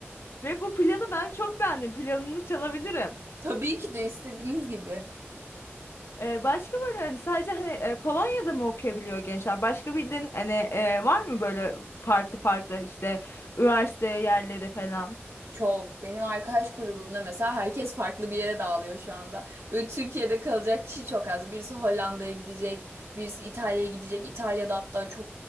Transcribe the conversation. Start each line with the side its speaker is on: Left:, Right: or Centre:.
Left: Ve bu planı ben çok beğendim. Planını çalabilirim.
Right: Tabii ki de istediğiniz gibi.
Left: Ee, başka böyle hani sadece hani e, Polonya'da mı okuyabiliyor gençler? Başka bildiğin hani e, var mı böyle farklı farklı işte üniversite yerleri falan?
Right: Çok. Benim arkadaş grubumda mesela herkes farklı bir yere dağılıyor şu anda. Böyle Türkiye'de kalacak kişi çok az. Birisi Hollanda'ya gidecek, birisi İtalya'ya gidecek. İtalya'da hatta çok